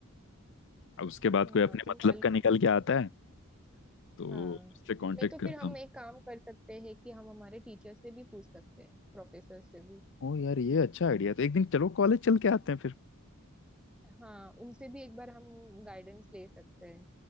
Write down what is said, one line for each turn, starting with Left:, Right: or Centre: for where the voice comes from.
Left: अब उसके बाद
Centre: हाँ
Left: कोई अपने
Centre: तुम
Left: मतलब
Centre: मालूम
Left: का निकल
Centre: कर
Left: के आता है तो
Centre: हाँ
Left: उससे कांटेक्ट
Centre: नहीं तो
Left: करता
Centre: फिर हम
Left: हूँ
Centre: एक काम कर सकते हैं कि हम हमारे टीचर से भी पूछ सकते हैं प्रोफेसर से भी
Left: ओ यार ये अच्छा आइडिया तो एक दिन चलो कॉलेज चल के आते हैं फिर
Centre: हाँ उनसे भी एक बार हम गाइडेंस ले सकते हैं